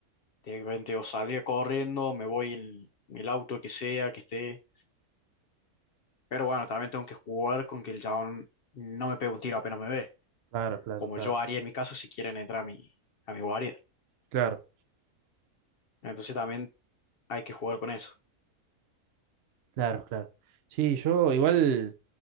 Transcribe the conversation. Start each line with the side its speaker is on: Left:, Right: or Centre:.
Left: de repente o salir corriendo, me voy en en el auto que sea, que esté. Pero bueno, también tengo que jugar con que el chabón no me pegue un tiro apenas me ve,
Right: Claro, claro,
Left: como
Right: claro,
Left: yo haría en mi caso si quieren entrar a mi, a mi guardia.
Right: claro.
Left: Entonces también hay que jugar con eso.
Right: Claro, claro. Sí, yo igual,